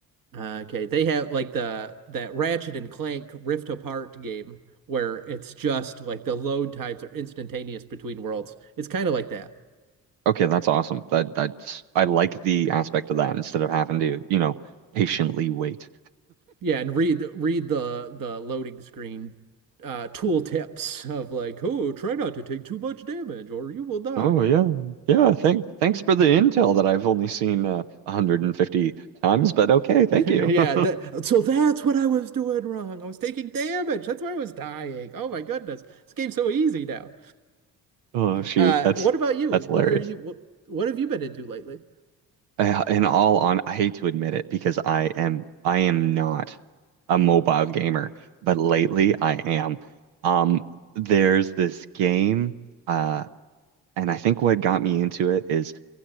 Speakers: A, on the right; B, on the right.
A: Uh, okay, they have like the that Ratchet and Clank Rift Apart game where it's just like the load times are instantaneous between worlds. It's kind of like that.
B: Okay, that's awesome. That that's I like the aspect of that instead of having to, you know, patiently wait.
A: Yeah, and read read the the loading screen uh tool tips of like, oh, try not to take too much damage or you will die.
B: Oh yeah. Yeah, thank thanks
A: <laughs>
B: for the intel that I've only seen uh, 150 times, but okay, thank
A: Yeah,
B: you. <laughs>
A: that, so that's what I was doing wrong. I was taking damage. That's why I was dying. Oh my goodness. This game's so easy now.
B: Oh shoot,
A: Uh,
B: that's
A: what about you?
B: that's
A: What
B: hilarious.
A: are you what, what have you been into lately?
B: I- in all on, I hate to admit it because I am I am not a mobile gamer, but lately I am. Um, there's this game, uh, and I think what got me into it is